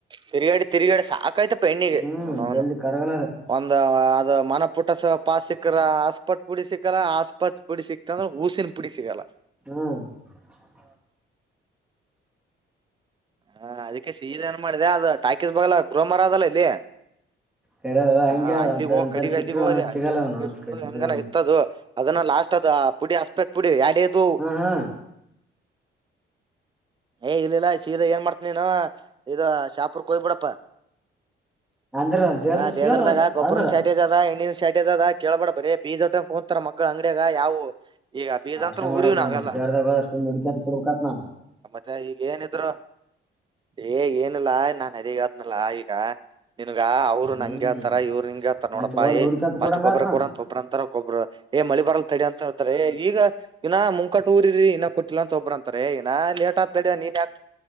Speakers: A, on the right (about 25°); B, in the centre.
A: ತಿರಗ್ಯಾಡಿ ತಿರಗಾಡ ಸಾಕ ಕೈ ತಪ್ಪ ಎಣ್ಣಿಗ
B: ಹ್ಮ್
A: ಅವನೌನ
B: ಜಲ್ದಿ ಕರಗಲ್ಲ ಅದು
A: ಒಂದ ಅದ ಮನ ಪುಟ್ಟಸ ಪಾಸಕರ ಆಸ್ಪಾಟ್ ಪುಡಿ ಸಿಕ್ಕಲ್ಲ ಆಸ್ಪಾಟ್ ಪುಡಿ ಸಿಕ್ಕರ ಬುಸ್ಸಿನ ಪುಡಿ ಸಿಗಲ್ಲ.
B: ಹ್ಮ.
A: ಹಾ ಅದಕ್ಕೆ ಸೀದನ್ ಮಾಡದೆ ಅದ ಟಾಕೀಸ್ ಬಗಲ ಗೃಹ ಮರ ಇದಲ ಇಲ್ಲಿ
B: ಕರೆ ಹಂಗೆ
A: ಹ
B: ಅದ
A: ಅಲ್ಲಿಗು
B: ಅಂತ ಅಂತಲ್ಲಿ
A: ಕಡಿಗಲ್ಲಗ
B: ಸಿಕ್ಕ್ರ ಒಂದೊಂದ್
A: ಹೋದೆ
B: ಸಿಗಲ್ಲ
A: ಅಲ್ಲಿಗ <unintelligible>
B: ಅವನು ಅವನ್ ಕೈ ದುಡಿದವನು
A: ಹೆಂಗನ ಇತ್ತ ಅದು. ಅದನ್ನ ಲಾಸ್ಟ್ ಅದ ಪುಡಿ ಅಸ್ಪೆಟ್ ಪುಡಿ ಎಡೆದು
B: ಹಾ ಹಾ
A: ಏ ಇಲ್ಲಿಲ್ಲ ಸೀದ ಏನ್ ಮಾಡ್ತೀ ನೀನು ಇದು ಶಾಪ್ ಪುರ್ ಕ ಹೋಗ್ಬಿಡಪ್ಪ
B: ಅಂದ್ರ ದೇವ್ರದ
A: ಆ
B: ಸಿಗಲ್ಲ
A: ದೇದ್ರದಾಗ ಗೊಬ್ಬರ
B: ಅಂದ್ರ
A: ಸ್ಯಾಟಿ ಅದ ಎಣ್ಣದ ಸ್ಯಾ ದದ ಕೇಳ್ಬಡ ಬರೇ ಬೀಜಟ್ಟಗ ಹೋತಾರ ಮಕ್ಳ ಅಂಗಡ್ಯಾಗ ಯಾವು ಈಗ ಬೀಜ
B: ಅಷ್ಟೇ
A: ಅಂತ
B: ಮಾಡಕಣ
A: ಊರಿವ್ ನಾವೆಲ್ಲಾ
B: ಮತ್ತ ಯಾರದಾಗೋರ <unintelligible> ಕೊಡ್ಬೇಕತ್ ನಾನ
A: ತ ಈಗ ಏನಿದ್ರು ಏ ಏನಿಲ್ಲಾ ನಾನ್ ಅದೇ ಹೇಳಿತನಲ್ಲ ಈಗ ನಿನಗ ಅವ್ರು
B: ಹ್ಮ್
A: ನಂಗ ಹೇತರ ಇವ್ರ ಹಿಂಗ ಹೇತಾರ ನೋಡಪ್ಪಾ
B: ಮತ್ ಹೋದ್ರ
A: ಎ
B: ಹುಡ್ಕಂತ
A: ಫಸ್ಟ್
B: ಕೊಡಂಗತ್
A: ಗೊಬ್ಬ್ರ
B: ನಾನು
A: ಕೂಡ ಅಂತ ಒಬ್ರ ಅಂತಾರ ಗೊಬ್ಬರ ಏ ಮಳಿ ಬರಲ್ ತಡಿ ಅಂತ ಹೇಳ್ತಾರ ಎ ಈಗ ಇನ ಮುಂಕಟ್ಟ ಊರಿರಿ ಇನ್ನ ಕೊಟ್ಟಿಲ್ಲ ಅಂತ ಒಬ್ಬರ ಅಂತಾರ ಎ ಇನಾ ಅಟ ತಡ ನೀನ್ಯಾಕ್